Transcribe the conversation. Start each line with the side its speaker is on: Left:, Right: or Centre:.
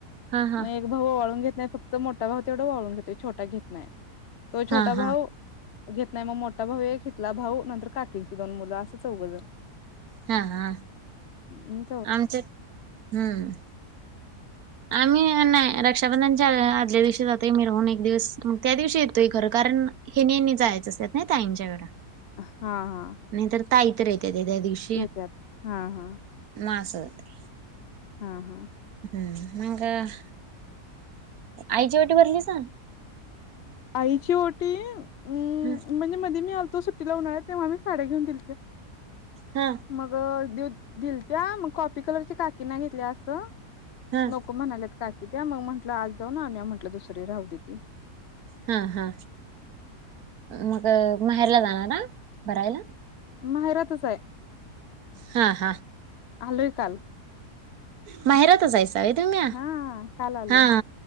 Right: हा हा.
Left: मग एक भाऊ ओवाळून घेत नाही फक्त मोठा भाऊ तेवढ ओवाळून घेतोय छोटा घेत नाही तो छोटा
Right: हा
Left: भाव
Right: हा
Left: घेत नाही मग मोठा भाऊ हितला भाऊ नंतर काकींची दोन मुलं असं चौघजण.
Right: हा हा.
Left: हम.
Right: आमच्यात हम्म. आम्ही नाही रक्षाबंधनच्या आदल्या दिवशी जातोय मिरहून एक दिवस मग त्या दिवशी येतोय खरं कारण हे नी अन जायचं असेत ना ताईंच्या कड
Left: हा हा.
Right: नाही तर ताई तर येत ते त्या दिवशी
Left: येत्यात हा हा.
Right: म आस होतय.
Left: हा हा.
Right: हम्म मंग. आईची ओटी भरलीसा.
Left: आईची ओटी अं
Right: हा
Left: म्हणजे मध्ये मी आलतो सुट्टी ला उन्हाळ्यात तेव्हा मी साड्या घेऊन दिल त्या.
Right: हा.
Left: मग दिऊ, दिलत्या मग कॉपी कलरची काकी न घेतल्या असं
Right: हा
Left: नको म्हणाल्यात काकी त्या, मग म्हटलं आज जाऊन अनुया म्हटलं दुसरी राहू दे ती.
Right: हा हा, मग माहेरला जाणार हा भरायला?
Left: माहेरातच ये.
Right: हा हा.
Left: आलोय काल.
Right: माहेरातचयसावे तुम्ही्या?
Left: हा काल आलोय.
Right: हा